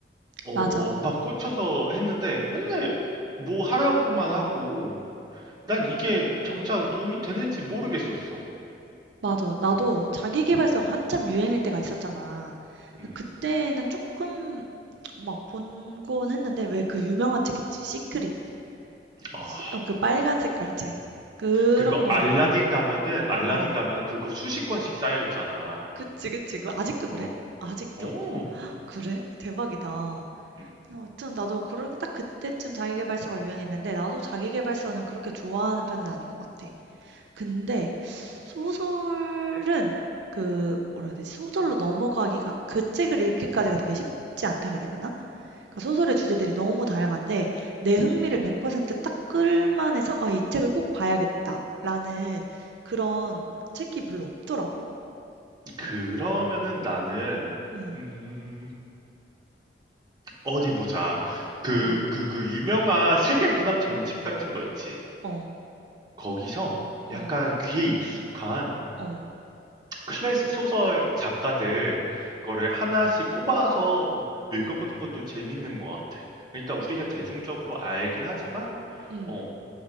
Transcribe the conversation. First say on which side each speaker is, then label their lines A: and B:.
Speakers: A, on the right; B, on the right.
A: 어,
B: 맞아.
A: 막 꽂혀서 했는데 맨날 뭐 하라고만 하고 난 이게 정작 도움이 되는지 모르겠었어.
B: 맞아. 나도
A: 어.
B: 자기계발서가 한참 유행일 때가 있었잖아.
A: 음.
B: 그때는 조금 막 본곤 했는데 왜 그 유명한 책 있지? 시크릿.
A: 아,
B: 시- 어, 그 빨간 색깔 책. 그런
A: 그거
B: 거,
A: 알라딘
B: 어,
A: 가면은 알라딘
B: 어.
A: 가면은 그거 수십 권씩 쌓여 있잖아.
B: 그치, 그치. 그 아직도
A: 어.
B: 그래? 아직도?
A: 오.
B: 그래? 대박이다.
A: 음.
B: 아무튼 나도 그럴 딱 그때쯤 자기계발서가 유행했는데 나도 자기계발서는 그렇게 좋아하는 편은 아닌 것 같아. 근데 소설은 그 뭐라 해야 되지? 소설로 넘어가기가 그 책을 읽기까지가 되게 쉽지 않다 그래야 되나? 그러니까 소설의 주제들이 너무 다양한데 내 흥미를 100%딱 끌만해서 '아 이 책을 꼭 봐야겠다.'라는 그런 책이 별로 없더라고.
A: 그러면은
B: 음.
A: 나는
B: 음.
A: 음, 어디 보자. 그,
B: 어.
A: 그, 그 유명한 세계 문학 전집 같은 거 있지.
B: 어.
A: 거기서
B: 어.
A: 약간 귀에 익숙한
B: 어.
A: 클래식 소설 작가들 거를 하나씩 꼽아서 읽어보는 것도 재밌는 것 같아. 그러니까 우리가 대중적으로 알긴 하지만,
B: 음.
A: 어,